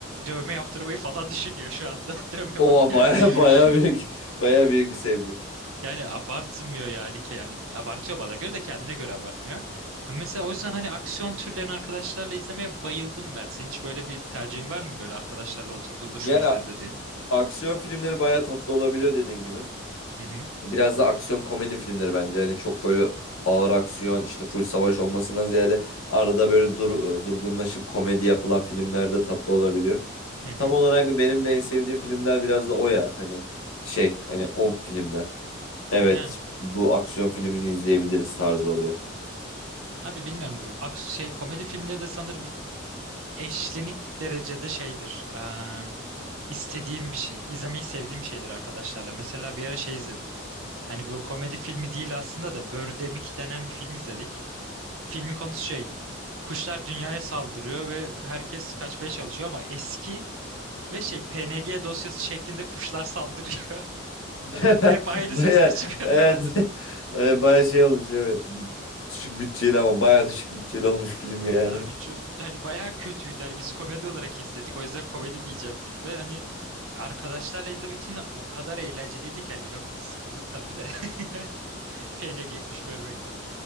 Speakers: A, on the right; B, on the left.
A: dövme yaptırmayı falan <laughs> düşünüyor şu anda. <laughs> Dövme
B: O
A: bakıyor.
B: <laughs> baya baya
A: <laughs>
B: büyük baya büyük bir sevgi.
A: Yani abartmıyor yani. ki- Yani abartıyor bana göre de kendine göre abartmıyor. Mesela o yüzden hani aksiyon türlerini arkadaşlarla izlemeye bayıldım ben. Senin hiç böyle bir tercihin var mı? Böyle arkadaşlarla oturduğumda şunu
B: Yani
A: izlerim
B: a-
A: dediğin.
B: aksiyon filmleri baya tatlı olabiliyor dediğin gibi.
A: Hı hı.
B: Biraz da aksiyon komedi filmleri bence. Hani çok böyle ağır aksiyon işte full savaş olmasından ziyade arada böyle dur, e, durgunlaşıp komedi yapılan filmler de tatlı olabiliyor.
A: Hı hı.
B: Tam olarak benim de en sevdiğim filmler biraz da o ya. Hani şey hani o filmler. Evet,
A: Yani.
B: bu aksiyon filmini izleyebiliriz tarzı oluyor.
A: Abi bilmiyorum bu aks- şey komedi filmleri de sanırım eşlenik derecede şeydir. Eee, istediğim bir şey, izlemeyi sevdiğim bir şeydir arkadaşlarla. Mesela bir ara şey izledik. Hani bu komedi filmi değil aslında da Birdemic denen bir film izledik. Filmin konusu şey, kuşlar dünyaya saldırıyor ve herkes kaçmaya çalışıyor ama eski ve şey PNG dosyası şeklinde kuşlar saldırıyor
B: <laughs>
A: <laughs> ve hep ayrı
B: Baya
A: sesler çıkarıyorlar.
B: evet, <laughs> baya şey olmuş evet. Düşük bütçeli ama baya düşük bütçeli olmuş film yani.
A: Abi çö- hani bayağı kötüydü. Hani biz komedi olarak izledik. O yüzden komedi diyeceğim filme. Hani arkadaşlarla izlemek için o kadar eğlenceliydi ki. Hani bir noktada sıkıldık tabii de. <laughs> PNG kuş görmekten.